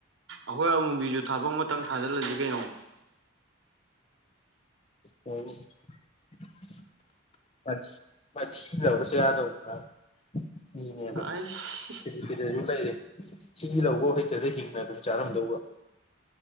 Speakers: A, on the right (about 70°); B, on the left (about 30°).
A: ꯑꯩꯈꯣꯏ ꯑꯃꯨꯕꯤꯁꯨ ꯊꯥꯕꯛ ꯑꯃꯇꯪ ꯊꯥꯖꯤꯜꯂꯁꯤ ꯀꯩꯅꯣ
B: ꯑꯣ <unintelligible> ꯃꯊꯤ ꯃꯊꯤ ꯂꯧꯔ ꯆꯥꯗꯧꯕꯥ ꯃꯤꯅꯦ ꯑꯗꯨ
A: ꯑꯩꯁ
B: ꯐꯔꯤ ꯐꯔꯤ ꯑꯗꯨꯝ ꯂꯩꯔꯤ <unintelligible> ꯊꯤ ꯂꯧꯕꯧ ꯍꯩꯇꯒꯩ ꯍꯤꯡꯅ ꯑꯗꯨꯝ ꯆꯥꯔꯝꯗꯧꯕ